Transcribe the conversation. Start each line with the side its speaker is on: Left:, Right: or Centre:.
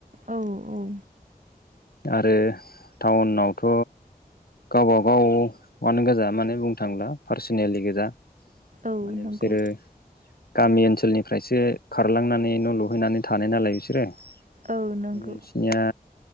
Right: औ औ।
Left: आरो टाउनावथ'। गावबा गावानो गोजा माने बुंनो थांला पारसनेलि गोजा।
Right: औ
Left: माने
Right: नंगौ।
Left: बिसोरो गामि ओनसोलनिफ्रायसो खारलांनानै न' लुहैनानै थानाय नालाय बिसोरो।
Right: औ नंगौ
Left: माने बिसनिया